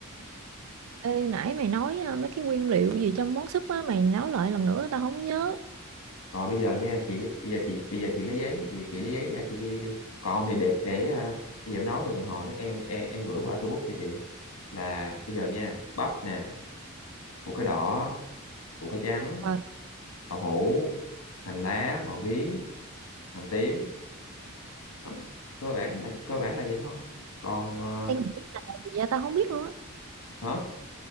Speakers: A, on the right (about 70°); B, on the left (about 90°).
A: Ê nãy mày nói à, mấy cái nguyên liệu gì trong món súp á mày nói lại lần nữa tao không có nhớ.
B: rồi bây giờ nha chị lấy- bây giờ chị bây giờ chị lấy giấy chị, chị lấy giấy ra chị ghi đi còn không thì để để à, bây giờ em nói được hồi nữa em, em em gửi qua Facebook cho chị là bây giờ nha bắp nè củ cái đỏ củ cái trắng
A: Ờ
B: đậu hũ hành lá ngò gí hành tím đó. cơ bản là cơ bản là vậy thôi còn ờ,
A: em nghĩ là gì vậy tao không biết luôn á.
B: hả